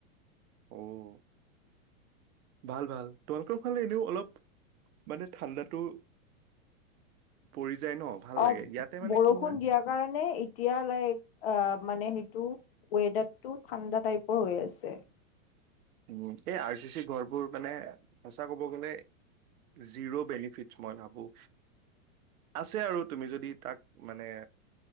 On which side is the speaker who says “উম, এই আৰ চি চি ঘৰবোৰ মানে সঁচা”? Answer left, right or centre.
Right